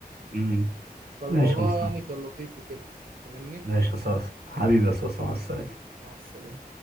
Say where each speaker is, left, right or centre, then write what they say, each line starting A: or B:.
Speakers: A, on the right; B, on the right.
A: مم.
B: فالموضوع
A: ماشي يا مصطفى
B: يعني كان لطيف وكده فاهمني
A: ماشي يا صاصا حبيبي يا صاصا مع السلامه
B: مع السلامة